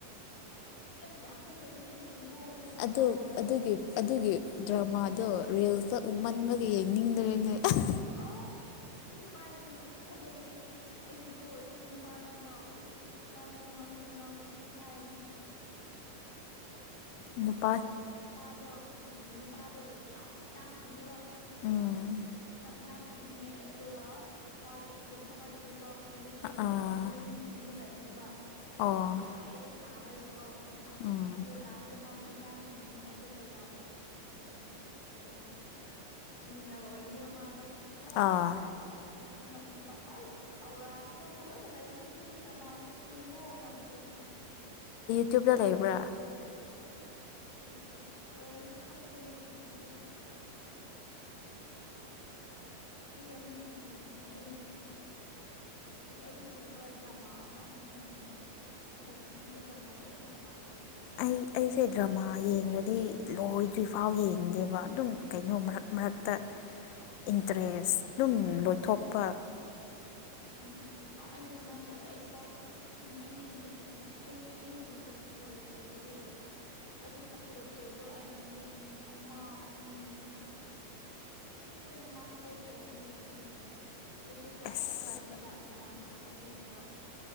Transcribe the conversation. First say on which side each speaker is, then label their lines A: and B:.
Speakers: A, on the left; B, on the left.
A: <unintelligible> ꯑꯩ ꯌꯥꯝ ꯐꯖꯕꯅꯤ ꯌꯦꯡꯉꯣ ꯑꯗꯣ ꯗ꯭ꯔꯃꯥꯗꯣ꯫
B: ꯑꯗꯨ ꯑꯗꯨꯒꯤ ꯑꯗꯨꯒꯤ ꯗ꯭ꯔꯃꯥꯗꯣ ꯔꯤꯜꯁꯇꯣ꯫ ꯑꯨꯃꯟꯕꯒꯤ ꯌꯦꯡꯅꯤꯡꯗ꯭ꯔꯦ꯫ ꯑꯦ <unintelligible>
A: ꯑ ꯍꯥꯏꯔꯒ ꯌꯥꯝ ꯐꯖꯕꯅꯦ ꯑꯩꯗꯤꯀꯣ ꯖꯨ ꯅꯨꯄꯥꯗ ꯉꯥꯎ ꯉꯁꯤꯗꯤ ꯉꯥꯎꯁꯤ ꯉꯥꯎꯖꯤꯗꯤ ꯉꯥꯎꯖꯤ ꯑꯗꯨꯗꯤ ꯍꯥꯏꯔꯅꯨ꯫
B: ꯅꯨꯄ
A: ꯃꯥꯗꯣ ꯎꯝ ꯅꯨꯄꯥꯗꯣ ꯌꯥꯝ ꯏꯅꯥꯛ ꯈꯨꯨꯟꯕꯅꯦꯕ꯫
B: ꯎꯝ
A: ꯌꯥꯝ ꯏꯅꯥꯛ ꯈꯨꯟꯕꯅꯦ ꯑꯗꯨꯒ ꯃꯥꯗꯣ ꯑꯦꯛꯁꯤꯗꯦꯟ ꯑꯃꯗꯒꯤꯀꯣ ꯅꯨꯄꯤ
B: ꯑꯥ
A: ꯑ ꯍꯤꯔꯣꯏꯟꯒꯤ ꯌꯨꯝꯗ ꯂꯥꯏ ꯅꯤꯕ꯫
B: ꯑꯣ
A: ꯌꯥꯝ ꯂꯥꯏꯕꯁ ꯁꯥꯔꯒ ꯀꯣ꯫
B: ꯎꯝ
A: ꯑꯗꯣ ꯂꯥꯁꯇ ꯃꯥꯁꯤ ꯏꯅꯥ ꯈꯨꯟꯕꯅꯤ ꯑꯗꯨꯒ ꯌꯥꯝ ꯎꯝ ꯀꯩꯅꯣ ꯖꯦꯅꯔꯦꯜ ꯑꯣꯏꯔꯝꯅꯦꯕ ꯃꯥꯗꯣ꯫
B: ꯑꯥ꯫
A: ꯑꯃꯨꯛ ꯈꯪꯪꯂꯛꯀꯅꯤꯕ ꯑꯁ ꯑꯧꯔꯅꯤꯒ ꯐꯖꯅ ꯂꯩꯕꯅꯤꯦ ꯗꯃꯗ ꯏꯃ ꯌꯥꯝ ꯐꯁꯜ
B: ꯌꯇ꯭ꯨꯕꯇ ꯂꯩꯕ꯭ꯔꯥ
A: ꯌꯨꯇꯨꯕ ꯈꯪ ꯂꯩ ꯌꯨꯇꯨꯕ ꯃ ꯑꯁ ꯑꯩꯗꯤ ꯑꯃꯨꯛ ꯌꯦꯡꯅꯤꯡꯉꯦ ꯑꯩ ꯑꯗꯨꯒꯨꯝꯕ ꯗ꯭ꯔꯃꯥ ꯑꯃ ꯑꯃꯨꯛ ꯌꯦꯡꯅꯤꯡꯉꯦ ꯌꯥꯝ ꯐꯖꯕꯅꯦ ꯑꯗꯨꯗ ꯗ꯭ꯔꯃꯥꯗꯤ ꯑꯩꯗꯤ ꯌꯥꯝ ꯄꯥꯝꯃꯦ
B: ꯑꯩ ꯑꯩꯁꯦ ꯗ꯭ꯔꯃꯥ ꯌꯦꯡꯗꯤ ꯂꯣꯏꯗ꯭ꯔꯤꯐꯥꯎ ꯌꯦꯡ ꯗꯦꯕ ꯑꯗꯨꯝ ꯀꯩꯅꯣ ꯃꯔꯛ ꯃꯔꯛꯇ ꯏꯟꯇꯔꯦꯁ ꯑꯗꯨꯝ ꯂꯣꯏꯊꯣꯛꯄ
A: ꯎꯝ ꯑꯩꯁꯨ ꯑꯗꯨꯃꯥꯏꯅ ꯇꯧꯗꯦ ꯍꯥꯏꯗꯤꯀꯣ ꯑꯩꯅ ꯏꯟꯇꯔꯦꯁꯀꯨꯝ ꯑꯩ ꯑꯩꯅ ꯏꯟꯇꯔꯦꯁ ꯂꯩꯕꯨ ꯂꯩꯔꯗꯤ ꯑꯗꯨ ꯄꯁꯨꯔꯨꯞꯖ ꯍꯥꯏꯣ ꯑ ꯅꯨꯃꯤꯠ ꯑꯝꯃꯥ ꯑꯝꯃꯤ ꯇꯨ ꯑꯦꯟ ꯍꯥꯐ ꯗꯦꯖ ꯑꯣꯏꯔꯝꯅ ꯌꯦꯡꯕꯗꯣ ꯑꯗꯨꯁꯨ ꯀ꯭ꯂꯥꯁ
B: ꯑꯁ
A: ꯆꯠꯂꯤꯕꯅꯤꯕ ꯅꯨꯡꯗꯥꯡ ꯋꯥ ꯑꯇꯩ ꯌꯦꯡꯕ